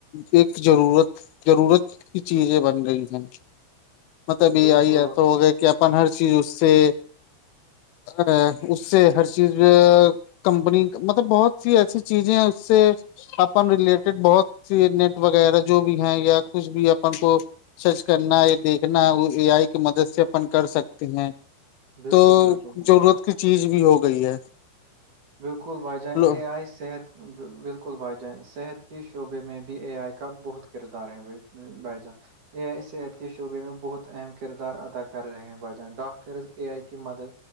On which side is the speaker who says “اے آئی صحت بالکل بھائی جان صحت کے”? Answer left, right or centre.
Right